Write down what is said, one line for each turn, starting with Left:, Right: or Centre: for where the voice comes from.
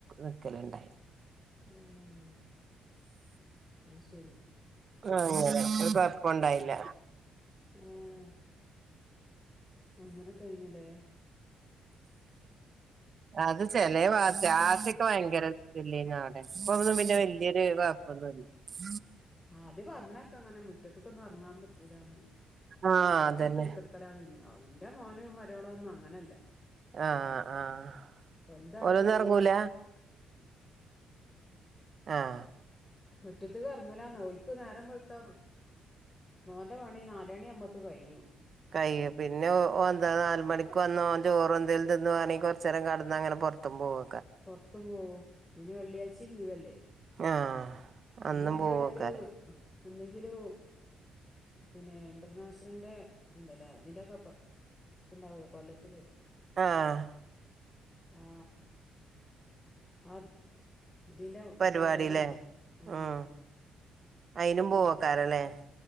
Right: നിക്കലുണ്ടായി
Left: <inaudible> അത് ശരി
Right: ആഹ ഒരു കുഴപ്പുണ്ടായില്ല
Left: ഏഹ് അങ്ങനെ കഴിഞ്ഞിലേ
Right: അത് ചെ ലേഭാഗത്ത് ആദ്യക്കെ ഭയങ്കര ഇല്ല രുന്നുഅവിടെ ഇപ്പ ഒന്നും പിന്നെ വ ല്ല്യയൊരുപ്പ അ <unintelligible>
Left: ആത് പറഞ്ഞൊക്കെ അങ്ങനെ മുറ്റ അതുക്കൊന്നും ഇറങ്ങാൻ പറ്റൂലാന്ന്
Right: ആഹ്
Left: അടിച്ചിട്ട്
Right: അതന്നെ
Left: കുത്തിർക്കലാണ് <unintelligible> ആ്്ന്റെ മോനും മര്യോളും ഒന്നും അങ്ങനെയല്ല
Right: ആഹ ആഹ്
Left: ഓൽതവിടെ
Right: ഓലൊന്നും
Left: ജോളി
Right: ഇറങ്ങൂല ആഹ
Left: മുറ്റത്ത് ഇറങ്ങുലാ ഓൽക്ക് നേരം വെളുത്ത മോന്റെ പണി നാലണി ആവുപത്തിന്ന് കഴു
Right: കയ്യും പിന്നെ വന്ന നാല മണിക്ക് വന്നോ ഒചോറ് എന്തേലും തിന്ന് വാണെങ്കിൽ കുറചേരം കടന്ന് അങ്ങനെ പുറത്തും പോകും
Left: പൊറത്തു പോകും പിന്നെ വെള്ളിയാഴ്ച ലീവല്ലേ
Right: ആഹ
Left: പിന്നെ
Right: അന്നും
Left: അതിൻ്റെ
Right: പോവാക്കാരം
Left: ഇടയിൽ എന്തെങ്കിലും പിന്നെ ഇന്റർനാഷണലിൻറെ ഇന്തല്ലേ അതിൻ്റെയൊക്കെ ഉണ്ടാവൂലേ കൊല്ലത്തില്
Right: ആഹ്
Left: ആ ആ ഇതിറെ
Right: പരിപാടില്ലേ
Left: പരിപാടിുണ്ട് ആഹ
Right: ഉം അയിനും പോവാക്കറല്ലേ